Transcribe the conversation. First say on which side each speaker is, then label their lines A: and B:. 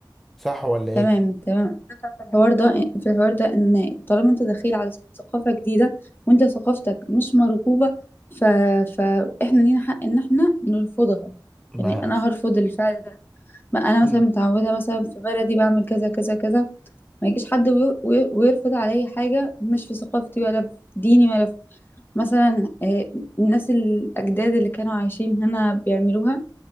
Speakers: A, in the centre; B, on the left.
A: صح ولا ايه
B: تمام تمام أنا في الحوار ده في الحوار ده ان طالما انت دخيل على ثقافة جديدة وانت ثقافتك مش مرغوبة ف... فاحنا لينا حق ان احنا نرفضها يعني
A: بس
B: انا هرفض الفعل ده ما انا
A: مم.
B: مثلا متعودة مثلا في بلدي بعمل كذا كذا كذا ما يجيش حد وي... وي... ويرفض عليا حاجة مش في ثقافتي ولا في ديني ولا في مثلا آه، الناس الأجداد اللي كانوا عايشين هنا بيعملوها